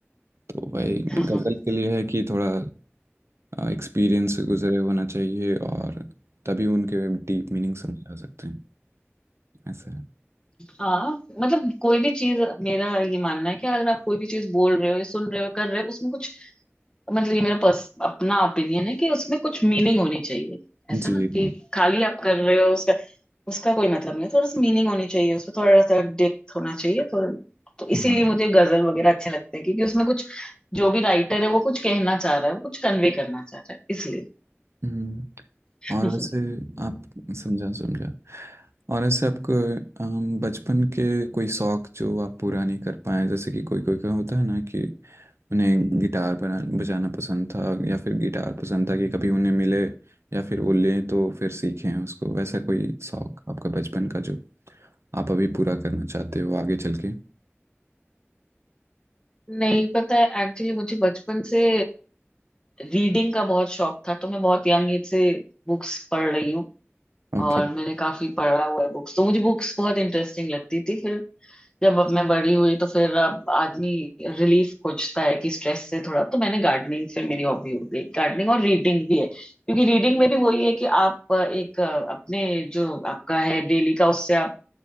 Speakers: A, on the right (about 75°); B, on the left (about 20°).
A: तो भाई
B: है
A: गजल
B: <laughs>
A: के लिए है कि थोड़ा एक्सपीरियंस से गुजरे होना चाहिए और तभी उनके डीप मीनिंग समझ आ सकते हैं ऐसा है
B: हाँ मतलब कोई भी चीज मेरा ये मानना है कि अगर आप कोई भी चीज बोल रहे हो या सुन रहे हो कर रहे हो उसमें कुछ मतलब ये मेरा पर्स अपना ओपिनियन है कि उसमें कुछ मीनिंग होनी चाहिए ऐसा
A: जी
B: ना कि खाली आप कर रहे हो उसका उसका कोई मतलब नहीं थोड़ा सा मीनिंग होनी चाहिए उसमें थोड़ा सा डेप्थ होना चाहिए तो तो
A: हाँ
B: इसीलिए मुझे गजल वगैरह अच्छे लगते हैं क्योंकि उसमें कुछ जो भी राइटर है वो कुछ कहना चाह रहा है वो कुछ कन्वे करना चाह रहा है इसलिए
A: हम्म,
B: <laughs>
A: और वैसे आप समझा समझा और ऐसे आपको अम, बचपन के कोई शौक जो आप पूरा नहीं कर पाए जैसे कि कोई कोई का होता है ना कि उन्हें गिटार बना बजाना पसंद था या फिर गिटार पसंद था कि कभी उन्हें मिले या फिर वो लें तो फिर सीखें उसको वैसा कोई शौक आपका बचपन का जो आप अभी पूरा करना चाहते हो आगे चल के
B: नहीं पता है एक्चुअली मुझे बचपन से रीडिंग का बहुत शौक था तो मैं बहुत यंग एज से बुक्स पढ़ रही हूँ
A: ओके
B: और मैंने काफी पढ़ा हुआ है बुक्स तो मुझे बुक्स बहुत इंटरेस्टिंग लगती थी फिर जब अब मैं बड़ी हुई तो फिर अब आदमी रिलीफ खोजता है कि स्ट्रेस से थोड़ा तो मैंने गार्डनिंग फिर मेरी हॉबी हो गई गार्डनिंग और रीडिंग भी है क्योंकि रीडिंग में भी वही है कि आप अ, एक अ, अपने जो आपका है डेली का उससे आप